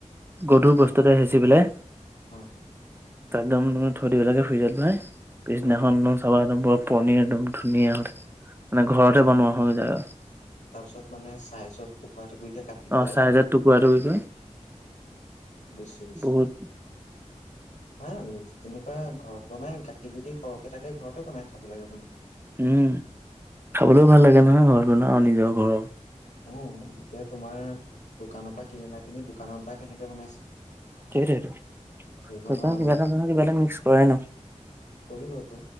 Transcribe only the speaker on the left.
অ'।
অ',
আচ্ছা
তাৰপিছত মানে ছাইজত টোপা টুপিকে কাটি পেলাই
বুইছো, বুইছো।
ভাল তেনেকুৱা ঘৰত বনাই গাখীৰ যদি সৰহকে থাকে ঘৰতে বনাই খাব লাগে। বন্ধু
অ এতিয়া তোমাৰ দোকানৰ পৰা কিনি অনা খিনি দোকানত বা কেনেকে বনাইছে?
ধৰিব নোৱাৰা
কৰিবতো৷